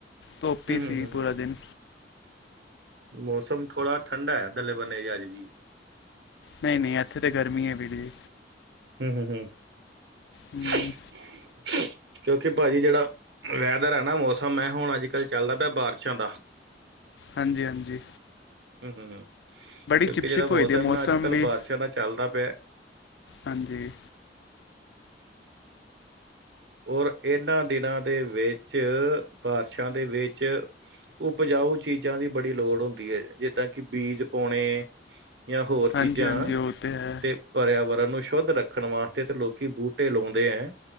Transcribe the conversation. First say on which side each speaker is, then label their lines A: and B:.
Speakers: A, on the left; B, on the right.
A: ਧੁੱਪ
B: ਹੂੰ
A: ਈ
B: ਹੂੰ
A: ਸੀ
B: ਹੂੰ ਹੂੰ
A: ਪੂਰਾ ਦਿਨ।
B: ਮੌਸਮ ਥੋੜਾ ਠੰਡਾ ਹੈ ਪਹਲੇ ਬੰਨੇ ਤੇ ਅੱਜ ਵੀ।
A: ਨਹੀਂ-ਨਹੀਂ ਐਥੇ ਤਾਂ ਗਰਮੀ ਹੈ ਵੀਰ ਜੀ।
B: ਹੂੰ ਹੂੰ ਹੂੰ
A: ਹਮ,
B: <unintelligible> ਕਿਉਂਕਿ ਭਾਜੀ ਜਿਹੜਾ, ਵੈਦਰ ਹੈ ਨਾ ਮੌਸਮ ਹੈ ਹੁਣ ਅੱਜ ਕੱਲ੍ਹ ਚੱਲਦਾ ਪਿਆ ਬਾਰਿਸ਼ਾਂ ਦਾ।
A: ਹਾਂਜੀ-ਹਾਂਜੀ।
B: ਹੂੰ ਹੂੰ ਹੂੰ ਕਿਉਂਕਿ
A: ਚਿਪਚਿਪ
B: ਜਿਹੜਾ
A: ਹੋਈ
B: ਮੌਸਮ
A: ਦੀ ਹੈ
B: ਨਾ ਅੱਜ ਕੱਲ੍ਹ
A: ਵੀ
B: ਬਾਰਿਸ਼ਾਂ ਨਾਲ ਚੱਲਦਾ ਪਿਆ
A: ਹਾਂਜੀ।
B: ਔਰ ਇਹਨਾਂ ਦਿਨਾਂ ਦੇ ਵਿੱਚ ਬਾਰਿਸ਼ਾਂ ਦੇ ਵਿੱਚ ਉਪਜਾਊ ਚੀਜ਼ਾਂ ਦੀ ਬੜੀ ਲੋੜ ਹੁੰਦੀ ਏ ਜਿੱਦਾਂ ਕਿ ਬੀਜ ਪਾਉਣੇ, ਯਾ ਹੋਰ ਚੀਜ਼ਾਂ
A: ਹਾਂਜੀ ਹਾਂਜੀ ਉਹ ਹੈ
B: ਤੇ ਪਰਿਆਵਰਨ ਨੂੰ ਸ਼ੁੱਧ ਰੱਖਣ ਵਾਸਤੇ ਤੇ ਲੋਕੀ ਬੂਟੇ ਲਾਉਂਦੇ ਹੈ।